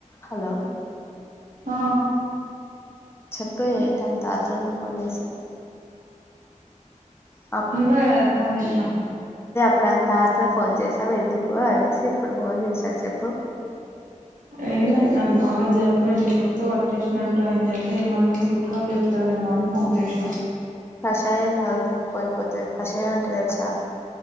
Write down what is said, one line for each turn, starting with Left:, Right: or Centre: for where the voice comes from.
Left: hello
Right: ఆ
Left: చెప్ ప్పే ఏంటాంతా ఆత్రంగా ఫోన్ చేసావ్ అప్పుడు
Right: నువ్వే కాద ఫోన్ చేస్నావ్
Left: ఇప్పుడుంత ఆత్ర ఫోన్ చేసావు ఎందుకు అనేసి ఇప్పుడు ఫోన్ చేసా చెప్పు
Right: ఏం లేదు నాకు బాగా జల్బ్బు అయింది గొంతు పట్టేసినట్టు అయింది అయితే ఏమన్నా చిట్కాల్ చెప్తావ్ మన్ ఫోన్ జెస్నా
Left: కషాంయ్యం తాగు తక్కువ అయిపోతది కషాయం అంటే తెల్సా